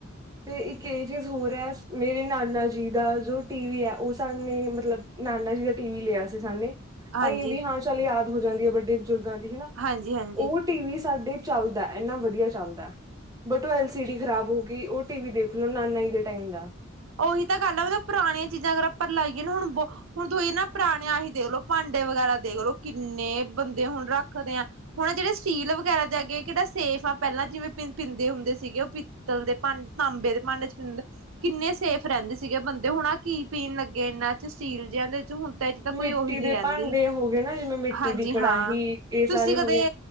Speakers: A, on the right; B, on the right.
A: ਤੇ ਇਕ ਏ ਚੀਜ ਹੋਰ ਐ ਮੇਰੇ ਨਾਨਾ ਜੀ ਦਾ ਜੋ ਟੀ ਵੀ ਹੈ। ਉਹ ਸਾਨੇ ਮਤਲਬ-ਲ ਨਾਨਾ ਜੀ ਦਾ ਟੀ ਵੀ ਲਿਆ ਸੀ ਸਾਨੇ।
B: ਹਾਂਜੀ,
A: ਅਈ ਵੀ ਹਾਂ ਚੱਲ ਯਾਦ ਹੋ ਜਾਂਦੀ ਵੱਡੇ ਬਜ਼ੁਰਗਾਂ ਦੀ ਹੈਨਾ।
B: ਹਾਂਜੀ, ਹਾਂਜੀ।
A: ਉਟ ਟੀ ਵੀ ਸਾਡੇ ਚੱਲਦਾ ਏਨਾ ਵਧੀਆ ਚੱਲਦਾ ਬਟ ਔ ਐਲ ਸੀ ਡੀ ਖਰਾਬ ਹੋ ਗਈ। ਉ ਟੀ ਵੀ ਦੇਖ ਲੋ, ਨਾਨਾ ਈ ਦੇ ਟਾਈਮ ਦਾ।
B: ਉਹੀ ਤਾਂ ਗੱਲ ਹੈ, ਮਤਲਬ ਪੁਰਾਣੀਆਂ ਚੀਜ਼ਾਂ ਅਗਰ ਆਪ ਲਾਈਏ ਨਾ ਹੁਣ ਹੁਣ ਤੁਸੀਂ ਨਾ ਪੁਰਾਣੇ ਅਸੀਂ ਦੇਖਲੋ, ਭਾਂਡੇ ਵਗੈਰਾ ਦੇਖ ਲਓ, ਕਿੰਨੇ ਬੰਦੇ ਹੁਣ ਰੱਖਦੇ ਆ ਹੁਣ ਜਿਹੜੇ ਸਟੀਲ ਵਗੈਰਾ ਦੇ ਅੱਗੇ ਕਿਹੜਾ ਸੇਫ ਆ, ਪਹਿਲਾਂ ਜਿਵੇਂ ਪੀਂਦੇ ਹੁੰਦੇ ਸੀਗੇ ਉਹ ਪੱਤਲ ਦੇ ਭਾਂਡ, ਤਾਂਬੇ ਦੇ ਭਾਂਡੇ, ਵਹਿਚ ਕਿੰਨੇ ਸੇਫ ਰਹਿੰਦੇ ਸੀਗੇ ਬੰਦੇ, ਹੁਣਾ ਕੀ ਪੀਣ ਲੱਗੇ ਇਹਨਾਂ 'ਚ ਸਟੀਲ ਜਿ ਦੇ 'ਚ ਹੁਣ ਤਾਂ ਕੋਈ
A: ਮਿੱਟੀ
B: ਉਹੀ ਨਹੀਂ
A: ਦੇ
B: ਰਹਿੰਦੀ,
A: ਭਾਂਡੇ ਹੋ ਗਏ ਨਾ ਜਿਵੇਂ ਮਿੱਟੀ
B: ਹਾਂਜੀ
A: ਦੀ ਕੜਾਹੀ
B: ਹਾਂ,
A: ਇਹ
B: ਤੁਸੀਂ
A: ਸਾਰੇ
B: ਕਦੇ
A: ਹੋ ਗਏ।